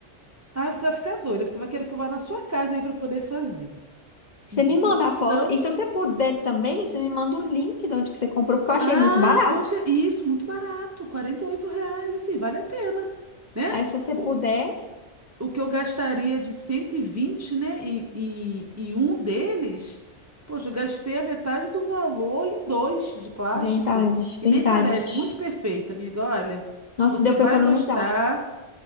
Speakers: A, on the right; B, on the left.
A: Ah, você vai ficar doida. Você vai querer que eu vá na sua casa aí para poder fazer.
B: Você
A: De
B: me manda a foto.
A: tão.
B: E se você puder também, você me manda o link de onde que você comprou, porque eu achei
A: Ah,
B: muito barato.
A: com cer- Isso, muito barato. quarenta e oito reais, assim, vale a pena, né?
B: Aí, se você
A: O,
B: puder.
A: o que eu gastaria de 120, né, em, em, em um deles, poxa, eu gastei a metade do valor em dois de plástico.
B: Verdade,
A: E
B: verdade.
A: nem parece. Muito perfeito, amiga. Olha,
B: Nossa,
A: você
B: deu
A: vai
B: pra economizar.
A: gostar.